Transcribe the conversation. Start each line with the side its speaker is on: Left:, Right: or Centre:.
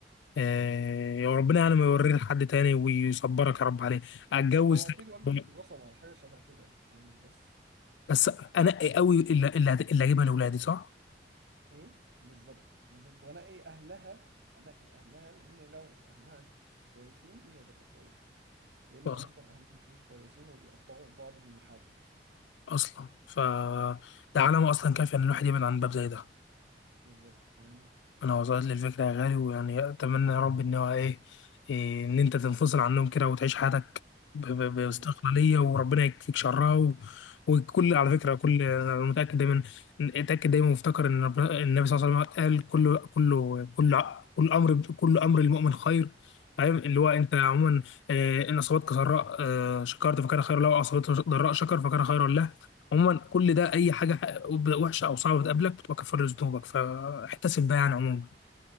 Left: آه يا ربنا يعني ما يوريه لحد تاني ويصبرك يا رب عليه اتجوز
Right: هو اكيد والدي
Left: تاني.
Right: اتغصب على حاجه شبه كده فاهم بس
Left: بس انقي قوي اللي اللي هت- اللي هجيبها لاولادي صح؟
Right: ايه بالظبط بالظبط وانقي اهلها انقي اهلها لان لو اهلها كويسين هي تبقى كويسه لانه
Left: أص-
Right: اصلا اهلها ما كانوش كويسين وبيقطعوا في بعض في المحاكم اصلا
Left: اصلا ف ده علامه اصلا كافيه ان الواحد يبعد عن باب زي ده
Right: بالظبط فاهمني
Left: انا وصلت لي الفكره يا غالي ويعني اتمنى يا رب ان هو ايه إيه، ان انت تنفصل عنهم كده وتعيش حياتك ب- ب- باستقلاليه
Right: اللهم امين
Left: وربنا يكفيك شرها و... وكل على فكره كل انا متاكد دايما اتاكد دايما وافتكر ان رب- النبي صلى الله عليه وسلم قال كل كل كل ع- كل امر كل امر المؤمن خير فاهم اللي هو انت عموما آه، ان اصابتك سراء آه، شكرت فكان خيرا له واصابتك ضراء شكر فكان خيرا له عموما كل ده اي حاجه وحشه او صعبه بتقابلك بتبقى كفاره ذنوبك فاحتسب بقى يعني عموما